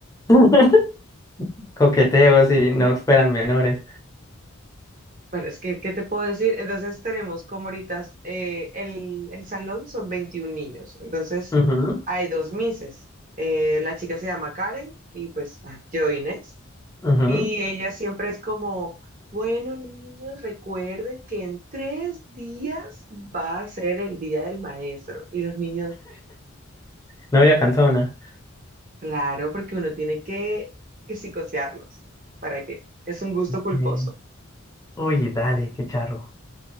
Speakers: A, on the left (about 15°); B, on the right (about 40°).
A: <laughs> coqueteos y no fueran menores.
B: Bueno, <laughs> es que, ¿qué te puedo decir? Entonces tenemos como ahorita eh, el, el salón son 21 niños, entonces
A: Ujú,
B: hay dos mises. Eh, la chica se llama Karen y pues ah, yo Inés.
A: ujú.
B: Y ella siempre es como, bueno, niños, recuerden que en tres días va a ser el día del maestro. Y los niños,
A: Novia canzona.
B: claro, porque uno tiene que, que psicosearlos. ¿Para qué? Es un gusto culposo.
A: Eh, uy, dale, qué charro.